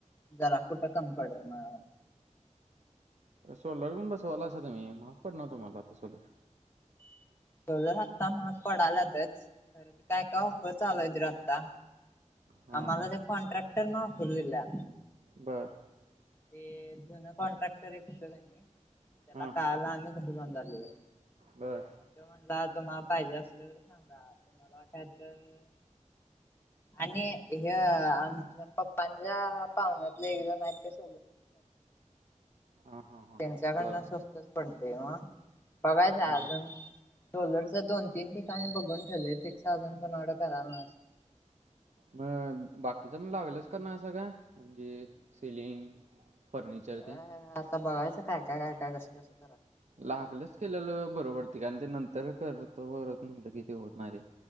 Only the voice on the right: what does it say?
सोलर पण बसवाला त मही महाग पड ना तुम्हाला आता सोलर
हां,
हां.
बर
हां.
बर.
हा हा हा
बर
हा हा
मग बाकीच मण लागलच करणार सगळ म्हणजे सेलिंग फर्निचर
ते
लागलच केलेलं बरोबरती कारण ते नंतर करतो बरोत म्हणलं किती होत नाहीे